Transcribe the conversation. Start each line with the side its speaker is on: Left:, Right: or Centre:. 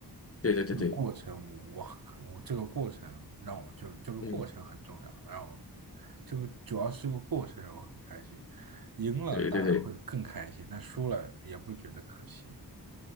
Left: 对对对对，
Right: 这个过程我很，我这个过程让我就这个过程很重要，
Left: 嗯，
Right: 让我这个主要是个过程让我很开心，赢了当然会更开心，
Left: 对对对。
Right: 但输了也不觉得可惜。